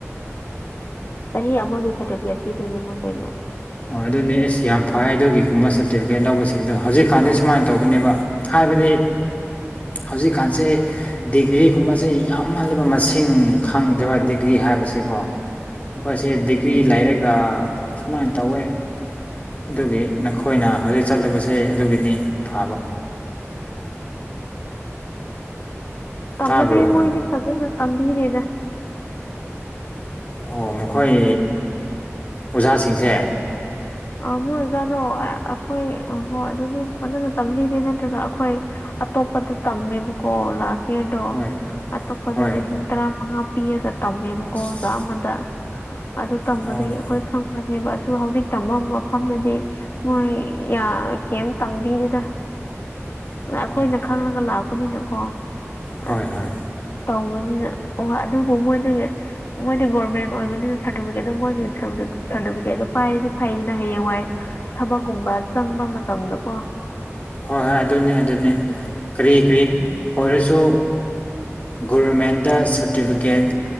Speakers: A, on the left (about 50°); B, on the left (about 30°).
A: ꯆꯍꯤ ꯑꯃꯒꯤ ꯁꯥꯔꯇꯤꯐꯤꯀꯦꯠ ꯄꯤꯗꯣꯏꯅꯦ ꯃꯣꯏ ꯀꯩꯅꯣ
B: ꯑꯣ ꯑꯗꯨꯅꯦ ꯑꯦꯁ ꯌꯥꯝ ꯐꯩ ꯑꯗꯨꯒꯤꯒꯨꯝꯕ ꯁꯥꯔꯇꯤꯐꯤꯀꯦꯠ ꯂꯧꯕꯁꯤꯡꯗꯣ ꯍꯧꯖꯤꯛꯀꯥꯟꯁꯦ ꯁꯨꯃꯥꯏꯅ ꯇꯧꯕꯅꯦꯕ ꯌꯥꯕꯗꯤ ꯍꯧꯖꯤꯛꯀꯥꯟꯁꯦ ꯗꯤꯒ꯭ꯔꯤꯒꯨꯝꯕꯁꯦ ꯌꯥꯝꯃꯜꯂꯤꯕ ꯃꯁꯤꯡ ꯈꯪꯗ꯭ꯔꯕ ꯗꯤꯒ꯭ꯔꯤ ꯍꯥꯏꯕꯁꯀꯣ ꯃꯈꯣꯏꯁꯦ ꯗꯤꯒ꯭ꯔꯤ
A: ꯎꯝ
B: ꯂꯩꯔꯒ ꯁꯨꯃꯥꯏꯅ ꯇꯧꯋꯦ ꯑꯗꯨꯒꯤ ꯅꯈꯣꯏꯅ ꯍꯧꯖꯤꯛ ꯆꯠꯂꯕꯁꯦ ꯑꯗꯨꯒꯤꯅꯤ ꯐꯥꯕ
A: ꯇꯝꯃꯗꯤꯩ
B: ꯇꯥꯕ꯭ꯔꯣ
A: ꯃꯣꯏꯗꯤ ꯐꯖꯅ ꯇꯝꯕꯤꯔꯤꯦꯗ
B: ꯑꯣ ꯃꯈꯣꯏ ꯑꯣꯖꯥꯁꯤꯡꯁꯦ
A: ꯑ ꯃꯣꯏ ꯑꯣꯖꯥꯗꯣ ꯑꯩꯈꯣꯏ ꯍꯣꯏ ꯑꯗꯨꯗꯤ ꯐꯖꯅ ꯇꯝꯕꯤꯗꯦ ꯅꯠꯇ꯭ꯔꯒ ꯑꯩꯈꯣꯏ ꯣ ꯄ ꯇꯃꯦꯕꯨꯀꯣ ꯂꯥꯁ ꯍꯌꯔꯗꯣ
B: ꯍꯣꯏ
A: ꯑꯇꯣꯞꯄꯗ
B: ꯍꯣꯏ
A: ꯂꯤꯁꯤꯡ ꯇꯔꯥ ꯃꯉꯥ ꯄꯤꯔꯒ ꯇꯝꯃꯦꯕꯀꯣ
B: ꯑꯁ
A: ꯑꯣꯖꯥ ꯑꯃꯗ ꯑꯗꯨ ꯇꯝꯕꯗꯒꯤ
B: ꯑꯣ
A: ꯑꯩꯈꯣꯏ ꯈꯪꯕꯅꯦꯕ ꯑꯗꯨ ꯍꯧꯖꯤꯛ ꯇꯝꯕ ꯃꯐꯝꯗꯗꯤ ꯃꯣꯏ ꯀꯔꯤꯝ ꯇꯝꯕꯤꯔꯤꯗ
B: <inaudible>
A: ꯑꯗ
B: ꯑꯣ
A: ꯑꯩꯈꯣꯏꯅ ꯈꯪꯉꯒ ꯂꯥꯛꯄꯅꯤꯅꯀꯣ ꯑꯗꯨꯝ
B: ꯍꯣꯏ ꯍꯣꯏ
A: ꯇꯧꯕꯅꯤꯅ ꯑꯣ ꯑꯗꯨꯕꯨ ꯃꯣꯏꯗꯒꯤ ꯃꯣꯏꯗꯤ ꯒꯣꯔꯃꯦꯟ ꯑꯣꯏꯕꯅꯤꯅꯔꯇꯤꯐꯤꯀꯦꯠ ꯃꯣꯏꯒꯤꯔꯇꯤꯐꯤꯀꯦꯠ ꯄꯥꯏꯔꯗꯤ ꯐꯩꯗꯅ ꯍꯌꯦꯡꯋꯥꯏ ꯊꯕꯛꯀꯨꯝꯕ ꯆꯪꯕ ꯃꯇꯝꯗꯀꯣ
B: ꯍꯣꯏ ꯍꯣꯏ ꯑꯗꯨꯅꯦ ꯑꯗꯨꯅꯤ
A: ꯑꯗꯨꯒꯤꯅꯤ
B: ꯀꯔꯤ ꯀꯔꯤ ꯑꯣꯏꯔꯁꯨ ꯒꯣꯚꯔꯃꯦꯟꯗ ꯁꯥꯔꯇꯤꯐꯤꯀꯦꯠ